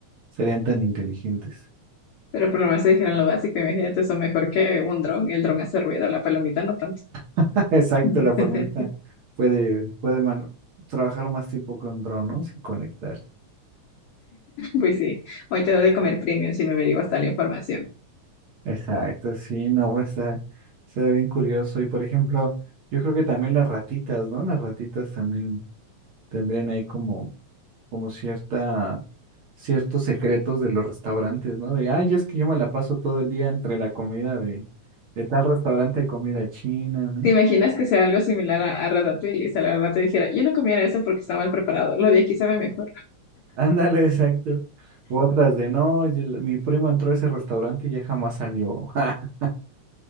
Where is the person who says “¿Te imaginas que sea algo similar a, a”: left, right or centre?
Left